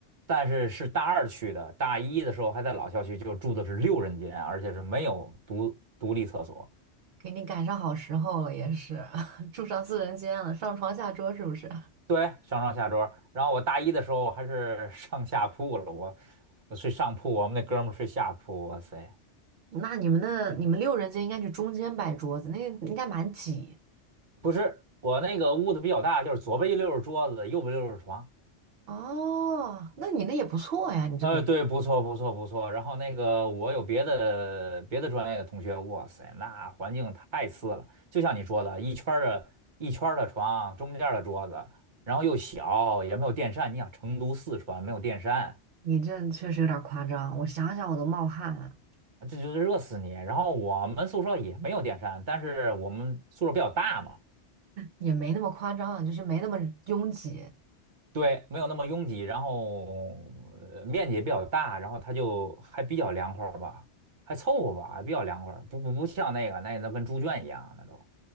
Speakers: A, on the right; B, on the right.
A: 但是是大二去的，大一的时候还在老校区，就住的是六人间，而且是没有独独立厕所，
B: 给你赶上好时候了，也是 <laughs> 住上四人间了，上床下桌是不是？
A: 对，上上下桌，然后我大一的时候还是上下铺了，我我睡上铺，我们那哥们儿睡下铺，哇塞，
B: 那你们那你们六人间应该去中间摆桌子，那应该蛮挤。
A: 不是，我那个屋子比较大，就是左边一溜儿是桌子，右边一溜儿是床。
B: 哦，那你那也不错呀，你这别，
A: 呃，对，不错，不错，不错。然后那个，我有别的别的专业的同学，哇塞，那环境太次了。就像你说的，一圈儿的一圈儿的床，中间儿的桌子，然后又小，也没有电扇。你想，成都、四川没有电扇，
B: 你这确实有点夸张，我想想我都冒汗了，
A: 这就是热死你。然后我们宿舍也没有电扇，但是我们宿舍比较大嘛，
B: 也没那么夸张，就是没那么拥挤。
A: 对，没有那么拥挤，然后呃面积也比较大，然后它就还比较凉快儿吧，还凑合吧，还比较凉快儿不不不像那个那那跟猪圈一样，那都。